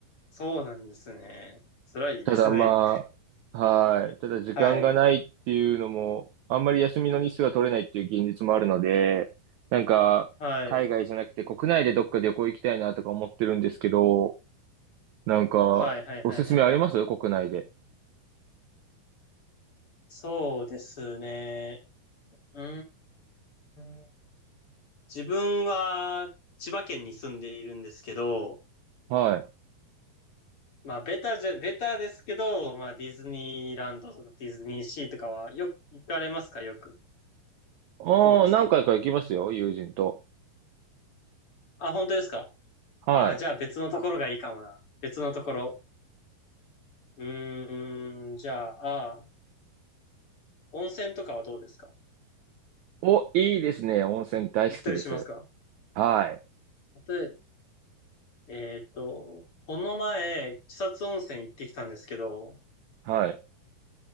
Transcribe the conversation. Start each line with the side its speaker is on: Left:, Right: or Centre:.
Left: そうなんですね。辛いですね。
Right: ただまあ、はい。ただ時間がないっていうのも、
Left: はい。
Right: あんまり休みの日数が取れないっていう現実もあるので、なんか、
Left: はい。
Right: 海外じゃなくて国内でどっか旅行行きたいなとか思ってるんですけど、なんか、
Left: はい、はい、
Right: おすすめあります国内で。
Left: はい、はい、はい。そうですね。うーん。自分は千葉県に住んでいるんですけど、
Right: はい
Left: まあ、ベタじゃ、ベタですけど、まあ、ディズニーランドとかディズニーシーとかはよく行かれますかよく。
Right: ああ、
Left: どうですか
Right: 何回か行きますよ、友人と。
Left: あ、本当ですか
Right: はい。
Left: あ、じゃあ別のところがいいかもな。別のところ。うーん、じゃあ、あー温泉とかはどうですか
Right: お、いいですね。温泉大好きです。
Left: い行ったりしますか
Right: はい。
Left: 例え、えーっと、この前、草津温泉行ってきたんですけど、
Right: はい。